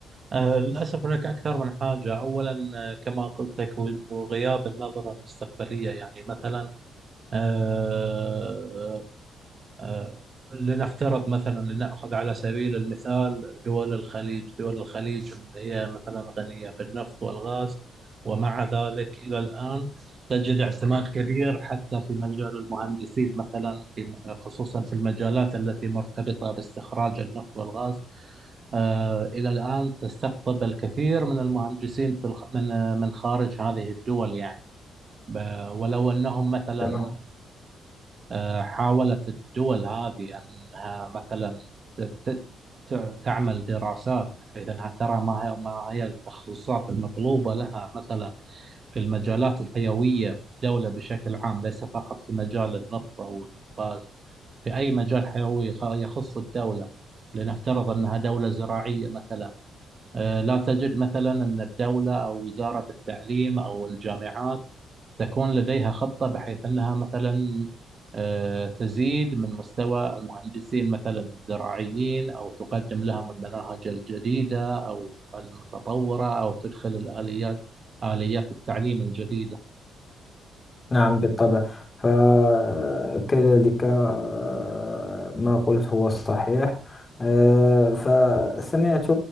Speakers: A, on the right (about 40°); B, on the left (about 30°).
A: آه، للأسف هناك أكثر من حاجة أولا آه، كما قلت لك و- وغياب النظرة المستقبلية يعني مثلا آه، آه، لنفترض مثلا لنأخذ على سبيل المثال دول الخليج دول الخليج هي مثلا غنية بالنفط والغاز ومع ذلك إلى الآن تجد اعتماد كبير حتى في مجال المهندسين مثلا في خصوصا في المجالات التي مرتبطة باستخراج النفط والغاز آه، إلى الآن تستقطب الكثير من المهندسين في الخ... من آه، من خارج هذه الدول يعني ب- ولو أنهم مثلا
B: تمام
A: آه، حاولت الدول هذه أنها مثلا ت... ت... ت- تعمل دراسات بحيث أنها ترى ما هي ما هي التخصصات المطلوبة لها مثلا في المجالات الحيوية في الدولة بشكل عام ليس فقط في مجال النفط أو الغاز في أي مجال حيوي يخ- يخص الدولة لنفترض أنها دولة زراعية مثلا آه، لا تجد مثلا أن الدولة أو وزارة التعليم أو الجامعات تكون لديها خطة بحيث أنها مثلا آه، تزيد من مستوى المهندسين مثلا الزراعيين أو تقدم لهم المناهج الجديدة أو المتطورة أو تدخل الآليات آليات التعليم الجديدة
B: نعم بالطبع فكذلك آه، ما قلت هو الصحيح آه، فسمعت